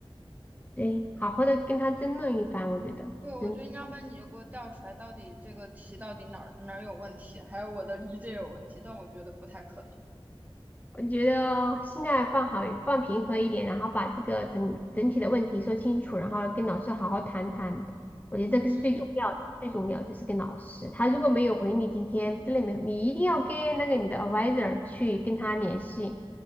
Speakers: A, on the left (about 15°); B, on the right (about 15°).
A: 对，好好的跟他争论一番，我觉得真的。
B: 对，我觉得你要不然你就给我调出来，到底这个题到底哪儿哪儿有问题，还有我的理解有问题，但我觉得不太可能。
A: 我觉得心态放好、放平和一点，然后把这个整整体的问题说清楚，然后跟老师好好谈谈。我觉得这个是最重要的，
B: 嗯，
A: 最重要就是跟老师，他如果没有回你今天之类没有，你一定要跟那个你的 advisor 去跟他联系。